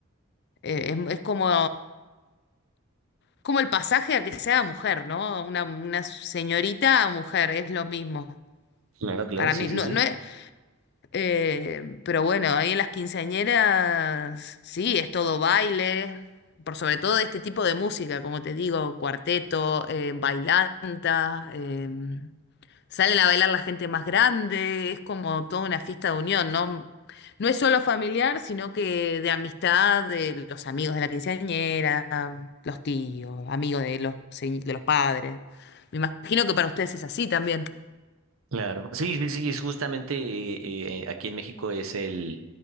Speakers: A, on the left; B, on the right.
A: eh, es, es como, como el pasaje a que sea mujer, ¿no? Una, una señorita a mujer, es lo mismo.
B: claro, claro,
A: Para
B: sí,
A: mí,
B: sí,
A: no,
B: sí.
A: no es, Eh, pero bueno, ahí en las quinceañeras, sí, es todo baile, por sobre todo de este tipo de música, como te digo, cuarteto, eh, bailanta, eh, salen a bailar la gente más grande, es como toda una fiesta de unión, ¿no? No es solo familiar, sino que de amistad, de los amigos de la quinceañera, los tíos, amigos de los, se- de los padres. Me imagino que para ustedes es así también.
B: Claro, sí, sí, sí, es justamente eh, eh, aquí en México es el